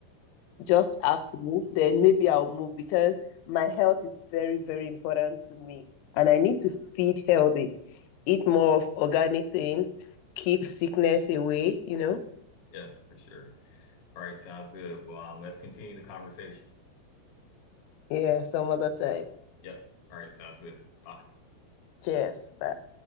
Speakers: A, on the left; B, on the left.
A: just have to move, then maybe I'll move because my health is very, very important to me and I need to feed healthy. eat more of organic things, keep sickness away, you know?
B: yeah, for sure. All right, sounds good. Well, um, let's continue the conversation.
A: Yeah, some other time.
B: Yep. All right, sounds good. Bye.
A: Cheers. Bye.